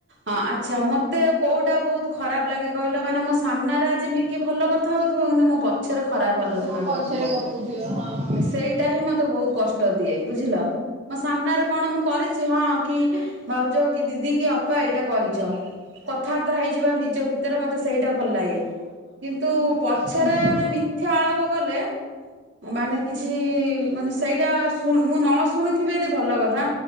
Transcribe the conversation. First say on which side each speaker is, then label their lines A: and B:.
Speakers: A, on the right; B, on the right.
A: ହଁ ଆଚ୍ଛା ମତେ କୋଉଟା ବୋହୁତ ଖରାପ ଲାଗେ କହିଲ ମାନେ ମୋ ସାମ୍ନାରେ ଯେ ମିକେ ଭଲ କଥା ହୋଉଥିବ କିନ୍ତୁ ମୋ ପଛରେ ଖରାପ ଆଲୋଚନା
B: ମୋ ପଛରେ
A: କରୁଥିବ।
B: ଗପୁଥିବ ହଁ।
A: ସେଇଟା ହିଁ ମତେ ହୋହୁତ କଷ୍ଟ ଦିଏ ବୁଝିଲ ମୋ ସାମ୍ନାରେ କଣ ମୁଁ କରିଚି ହଁ କି ଭାଉଜ କି ଦିଦି କି ଅପା ଏଇଟା କରିଛ। କଥାବାର୍ତ୍ତା ହେଇଯିବା ନିଜ ଭିତରେ ମତେ ସେଇଟା ଭଲ ଲାଗେ। କିନ୍ତୁ ପଛରେ
B: ହୁଁ
A: ଗୋଟେ ମିଥ୍ୟା ଆଳପ କଲେ ମାନେ କିଛି ମାନେ ସେଇଟା ସୁ ମୁଁ ନ ଶୁଣିଥିବି ଯଦି ଭଲ କଥା